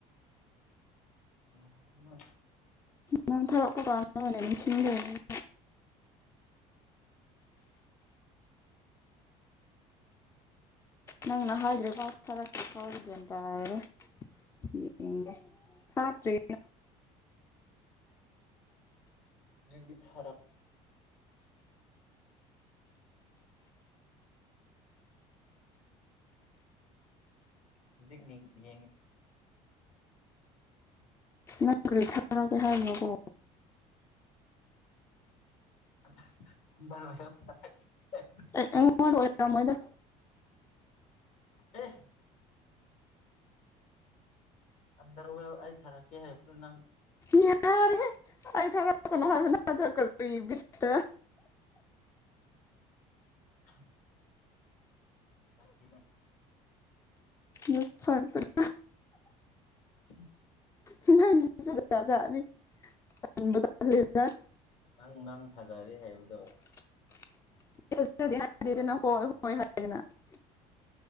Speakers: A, on the left (about 60°); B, on the left (about 20°).
A: ꯌꯥꯔꯣꯏꯗ
B: ꯅꯪ ꯊꯔꯛꯄ <unintelligible> ꯅꯪꯅ ꯍꯥꯏꯗ꯭ꯔꯕꯥꯎ ꯊꯔꯛꯇ꯭ꯔꯤꯐꯥꯎꯗꯤ ꯒ꯭ꯌꯥꯟ ꯇꯥꯔꯔꯣꯏ ꯌꯦꯡꯒꯦ ꯍꯥꯇ꯭ꯔꯤ
A: ꯖꯤꯒꯤ ꯊꯔꯛ ꯍꯧꯖꯤꯛ ꯅꯤꯡ ꯌꯦꯡꯅꯤꯡ
B: ꯅꯪ ꯀꯔꯤ ꯊꯥꯔꯛꯀꯦ ꯍꯥꯏꯕꯔꯀꯣ
A: <unintelligible>
B: ꯑꯩ ꯑꯩꯉꯣꯟꯗ ꯑꯣꯏꯔꯝꯃꯣꯏꯗ
A: ꯑꯦ ꯑꯟꯗꯔꯋꯦꯌꯔ ꯑꯩ ꯊꯥꯔꯛꯀꯦ ꯍꯥꯏꯕꯗꯨ ꯅꯪ
B: ꯌꯥꯔꯦꯍꯦ ꯑꯩ ꯊꯔꯛ <unintelligible> ꯀꯔꯤ ꯕꯤꯠꯇ
A: <unintelligible> ꯅꯠꯇꯦꯅꯦ
B: <unintelligible>
A: <unintelligible>
B: ꯃꯟꯅꯤ ꯖꯥꯠ ꯖꯥꯠꯅꯤ ꯇꯟꯕꯨ ꯇꯟꯂꯦꯗ
A: ꯅꯪ ꯅꯪ ꯊꯥꯖꯔꯦ ꯍꯥꯏꯕꯗꯣ
B: <unintelligible>